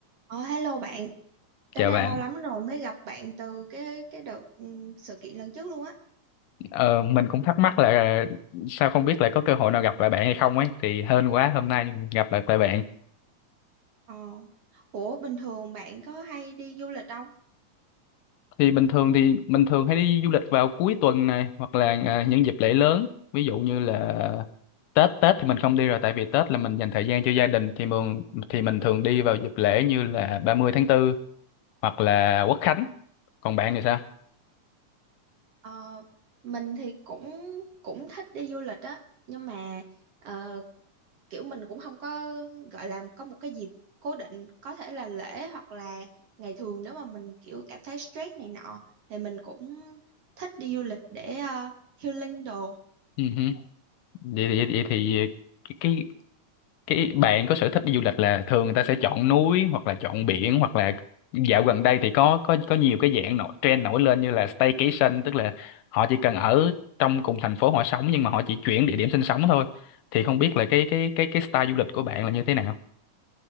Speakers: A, on the right (about 55°); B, on the left (about 80°).
A: Ờ, hello bạn, tính
B: Chào
A: ra
B: bạn,
A: lâu lắm rồi mới gặp bạn từ cái cái đợt ừ, sự kiện lần trước luôn á.
B: ờ, mình cũng thắc mắc là sao không biết là có cơ hội nào gặp lại bạn hay không ấy thì hên quá hôm nay gặp lại lại bạn.
A: Ờ, ủa bình thường bạn có hay đi du lịch không?
B: Thì bình thường thì mình thường hay đi du lịch vào cuối tuần này hoặc là à, những dịp lễ lớn, ví dụ như là Tết Tết thì mình không đi rồi tại vì Tết là mình dành thời gian cho gia đình thì mình thì mình thường đi vào dịp lễ như là 30 tháng 4 hoặc là Quốc Khánh. Còn bạn thì sao?
A: Ờ, mình thì cũng cũng thích đi du lịch á, nhưng mà ờ, kiểu mình cũng không có gọi là có một cái dịp cố định, có thể là lễ hoặc là ngày thường nếu mà mình kiểu cảm thấy stress này nọ thì mình cũng thích đi du lịch để ờ, healing đồ.
B: Ừ hử. Vậy thì vậy thì cái cái bạn có sở thích đi du lịch là thường người ta sẽ chọn núi hoặc là chọn biển hoặc là dạo gần đây thì có có có nhiều cái dạng nổi trend nổi lên như là staycation tức là họ chỉ cần ở trong cùng thành phố họ sống nhưng mà họ chỉ chuyển địa điểm sinh sống thôi thì không biết là cái cái cái cái style du lịch của bạn là như thế nào